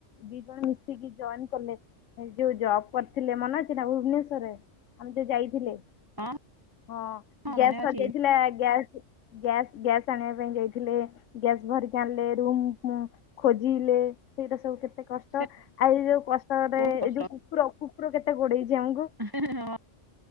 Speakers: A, on the left; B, on the right.
A: ଦି ଜଣ ମିଶିକି ଜଏନ୍ କଲେ ଯୋଉ ଜବ୍ କରିଥିଲେ ମନେ ଅଛି। ଭୁବନେଶ୍ଵରରେ ଆମେ ଯୋଉ ଯାଇଥିଲେ।
B: ହଁ।
A: ହଁ ଗ୍ୟାସ୍
B: ମନେ
A: ସରି
B: ଅଛି
A: ଯାଇଥିଲା ଗ୍ୟାସ୍ ଗ୍ୟାସ୍ ଗ୍ୟାସ୍ ଆଣିବା ପାଇଁ ଯାଇଥିଲେ। ଗ୍ୟାସ୍ ଭରିକି ଆଣିଲେ ରୁମ ମ୍ ଖୋଜିଲେ ସେଇଟା ସବୁ କେତେ କଷ୍ଟ।
B: ସେ
A: ଆଉ ଯୋଉ କଷ୍ଟ କରେ
B: ବହୁତ
A: ଏଇ
B: କଷ୍ଟ
A: ଯୋଉ କୁକୁର କୁକୁର କେତେ ଗୋଡେଇଛି ଆମକୁ।
B: <unintelligible>